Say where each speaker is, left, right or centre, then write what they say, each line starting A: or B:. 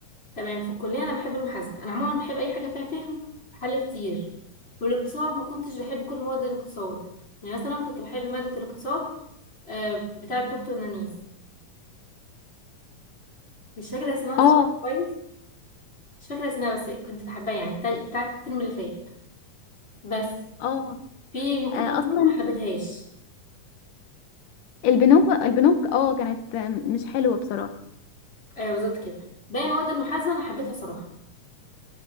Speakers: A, on the left; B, on the left.
A: تمام في الكلية أنا بحب المحاسبة أنا عموما بحب أي حاجة فيها فهم وحل كتير والاقتصاد ما كنتش بحب كل مواد الاقتصاد يعني مثلا كنت بحب مادة الاقتصاد آه، بتاعة الدكتور نانيس مش فاكرة اسمها صراحة
B: اه
A: كويس مش فاكرة اسمها بس كنت بحبها يعني بتاع- بتاعة الترم اللي فات بس
B: اه
A: في نقود
B: آه،
A: وبنوك
B: اصلا
A: ما حبيتهاش
B: البنوك البنوك اه كانت آه، مش حلوة بصراحة
A: أيوة بالظبط كده باقي مواد المحاسبة أنا حبيتها صراحة